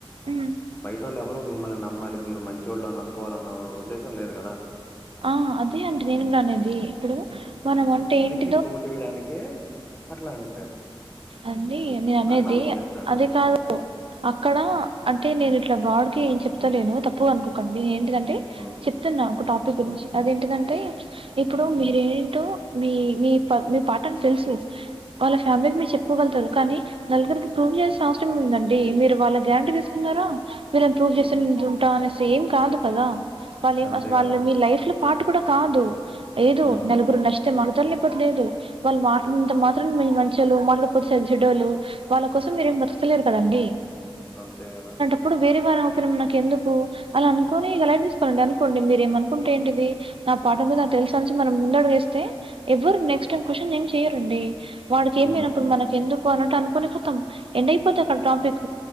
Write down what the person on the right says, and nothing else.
హ్మ్.
ఆ అదే అండి నేను కూడా అనేది ఇప్పుడు మనం అంటే ఏంటి
అండి నేను అనేది
అది కాదు అక్కడ అంటే నేను ఇట్లా బాడ్ గాఏం చెప్తలేను తప్పుగా అనుకోండి నేను <unintelligible>
చెప్తున్న ఒక టాపిక్ గురించి అదేంటిదంటే ఇప్పుడు మీరేంటో మీ మీ మీ పార్ట్నర్కి తెలుసు వాళ్ళ ఫ్యామిలీకి మీరు చెప్పుకోగలుతారు కానీ నలుగురికి ప్రూవ్ చేయాల్సిన అవసరం ఏమి ఉంది అండి మీరు వాళ్ళ గ్యారంటీ తీసుకున్నార <unintelligible> ప్రూవ్
చేస్తేంటాం అని ఏం కాదు కదా వాళ్ళు ఏం
వాళ్ళు
మీ లైఫ్ లో పార్ట్ కూడ కాదు ఏదో
నలుగురు <unintelligible> చెప్పట్లేదు వాళ్ల మాటలు వింటే మాత్రం మీవి మంచిగా లేవు మాట్లాడకపోతే సరిజేటోళ్లు వాళ్ళ కోసం మీరేం బతుకుతలేదు కదండి
ఇప్పుడు వేరే వాళ్ళ అవసరం నాకు ఎందుకు అలా అనుకొని ఇగ లైట్ తీసుకోవాలండి అనుకోండి మీరేం కుంటే ఏంటిది నా పాఠ ఏందో నాకు తెలుసు అనిసి మనం ముందు అడుగు వేస్తే ఎవ్వరు నెక్స్ట్ టైం <unintelligible> స్షన్ ఏం చెయ్యరండి వాడికి
ఎమిలేనప్పుడు మనకు ఎందుకు అన్నట్టు అనుకుని ఖతం ఎండ్ అయిపోది అక్కడ టాపిక్